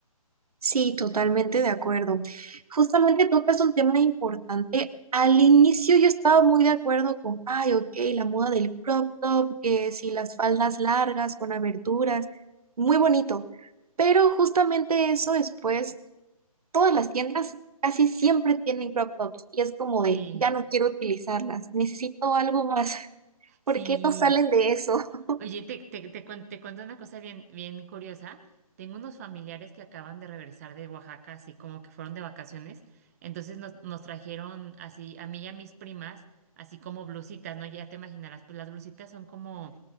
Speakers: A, on the right; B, on the right.
A: sí, totalmente de acuerdo. Justamente tocas un tema importante. Al inicio yo estaba muy de acuerdo con, ay, ok, la moda del crop top, que si las faldas largas con aberturas, muy bonito. Pero justamente eso después todas las tiendas casi siempre tienen crop tops y es como de,
B: Sí,
A: ya no quiero utilizarlas, necesito algo más. <laughs>
B: sí.
A: ¿Por qué no salen de eso? <laughs>
B: Oye, te, te, te, cuen- te cuento una cosa bien, bien curiosa. Tengo unos familiares que acaban de regresar de Oaxaca, así como que fueron de vacaciones. Entonces nos, nos trajeron así, a mí y a mis primas, así como blusitas, ¿no? Ya te imaginarás, pues las blusitas son como,